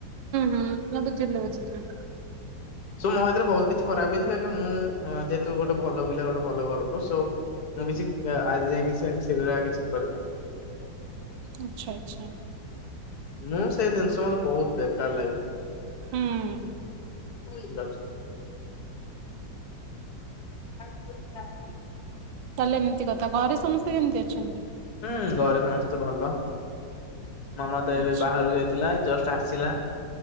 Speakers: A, on the right; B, on the left.
A: ହଁ ହଁ ବୁଝିଲ ବୁଝିଲି
B: ସ ମୋ ଏଥିରେ ବହୁତ କିଛି ଖରାପ ହେଇଯିବ ଆ ମୁଁ ଯେହେତୁ ଗୋଟେ ଭଲ ପିଲା ଗୋଟେ ଭଲ ଘରୁ କୁ ସୋ ମୁଁ କିଛି ଆଜି ଯାଇ କିଛି ସେଗୁରା କିଛି କରିନି,
A: ଆଚ୍ଛା ଆଚ୍ଛା,
B: ମୁଁ ସେଇ ଜିନିଷ ବହୁତ ବେକାର ଲାଗେ,
A: ହୁଁ
B: ହୁଁ ଟା <unintelligible>
A: ତାହେଲେ ଏମିତି କଥା ଘରେ ସମସ୍ତେ କେମିତି ଅଛନ୍ତି?
B: ହୁଁ ଘରେ ସମସ୍ତେ ଭଲ। ମାମା ତ ଏବେ
A: ଆଚ୍ଛା
B: ବାହାରୁ ଯାଇଥିଲା ଜଷ୍ଟ ଆସିଲା,